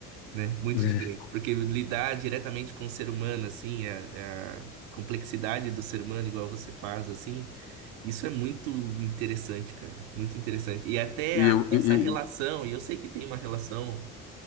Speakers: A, on the right; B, on the left.
A: né? Muito
B: <laughs>
A: diferente, porque lidar diretamente com o ser humano, assim, a, a complexidade do ser humano, igual você faz, assim, isso é muito interessante, cara, muito interessante. E até
B: e
A: a-
B: eu,
A: essa
B: e,
A: relação, e eu sei que tem uma relação